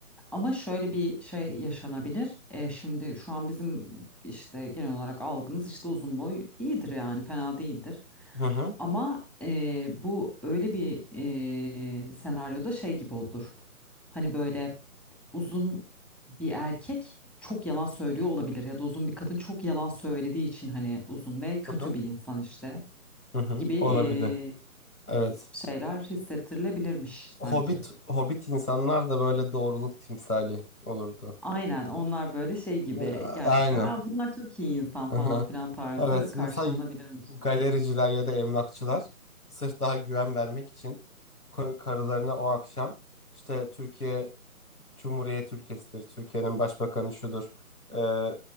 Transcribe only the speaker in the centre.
Ama şöyle bir şey yaşanabilir. Ee, şimdi şu an bizim işte genel olarak algımız işte uzun boy iyidir yani fena değildir.
Ama e, bu öyle bir e, senaryoda şey gibi olur. Hani böyle uzun bir erkek çok yalan söylüyor olabilir ya da uzun bir kadın çok yalan söylediği için hani uzun ve kötü
bir insan işte
gibi
e,
şeyler hissettirilebilirmiş sanki.
Aynen onlar böyle şey gibi
gerçekten
Aa, bunlar çok iyi insan
falan
filan tarzı
karşılanabilirmiş.